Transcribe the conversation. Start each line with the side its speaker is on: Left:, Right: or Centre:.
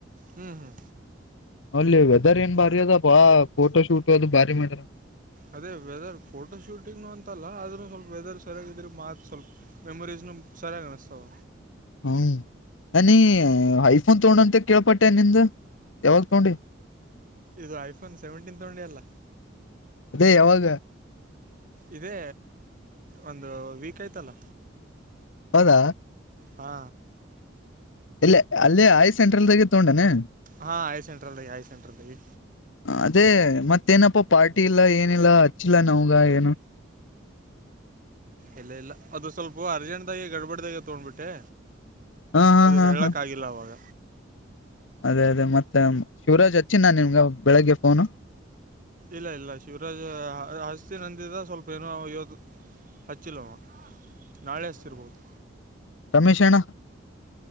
Right: ಹ್ಞೂ ಹ್ಞೂ
Left: ಅಲ್ಲಿ ವೆದರ್ ಏನ್ ಭಾರಿ ಅದ ಬಾ ಫೋಟೋ ಶೂಟ್ ಅದು ಭಾರಿ ಮಾಡ್ರ
Right: ಅದೇ ವೆದರ್ ಫೋಟೋ ಶೂಟಿಂಗ್ ಅಂತಲ್ಲ ಆದ್ರೂ ಸ್ವಲ್ಪ ವೆದರ್ ಸರಿಯಾಗಿದ್ರರಿ ಮಾತ್ ಸ್ವಲ್ಪ ಮೆಮೊರೀಸ್ ನ ಸರಿ ಕಾಣಿಸಸ್ಾವ
Left: ಹ್ಮ್ ಅ ನೀ ಐಫೋನ್ ತಗೊಂಡ ಅಂತ ಕೇಳ್ಪಟ್ಟೆ ನಿಂದ ಯಾವಾಗ ತಗೊಂಡಿ
Right: ಇದು ಐಫೋನ್ ಸೆವೆಂಟೀನ್ ತಗೊಂಡಿ ಅಲ್ಲ
Left: ಅದೇ ಯಾವಾಗ
Right: ಇದೇ ಒಂದು ವೀಕ್ ಆಯ್ತಲ್ಲ
Left: ಹೌದಾ
Right: ಹಾ
Left: ಇಲ್ಲ ಅಲ್ಲೇ ಐ ಸೆಂಟ್ರಲ್ದಾಗ ತಗೊಂಡಾನನೆ
Right: ಹಾ ಆಯ ಸೆಟದಲ್ಲಿ ಆಯ ಸೆಟ ಲ
Left: ಅದೇ ಮತ್ತೇನಪ್ಪ ಪಾರ್ಟಿ ಇಲ್ಲಾ ಏನಿಲ್ಲ ಹಚ್ಚಿಲ್ಲ ನವ್ಗ ಏನು
Right: ಇಲ್ಲ ಇಲ್ಲ ಅದು ಸ್ವಲ್ಪ ಅರ್ಜೆಂಟ್ಗಿ ಗಡ್ಬಡ್ದಾಗ ತಗೊಂಡ್ಬಿಟ್ಟೆ
Left: ಹಾ ಹಾ
Right: ಅದು
Left: ಹಾ
Right: ಹೇಳಕ್ಕಾಗಿಲ್ಲ
Left: ಹಾ
Right: ಅವಾಗ
Left: ಅದೇ ಅದೇ ಮತ್ತೆ ಶಿವರಾಜ್ ಅಚ್ಚಿ ನಿಮ್ಗ ಬೆಳಗ್ಗೆ ಫೋನು
Right: ಇಲ್ಲ ಇಲ್ಲ ಶಿವರಾಜ್ ಹಸ್ತಿ ನಂದಿದ ಸ್ವಲ್ಪ ಏನೋ ಇವತ್ತು ಹಚ್ಚಿಲ್ಲವ ನಾಳೆ ಹಚ್ಚತಿಿರ್ಬೋದು
Left: ರಮೇಶಣ್ಣ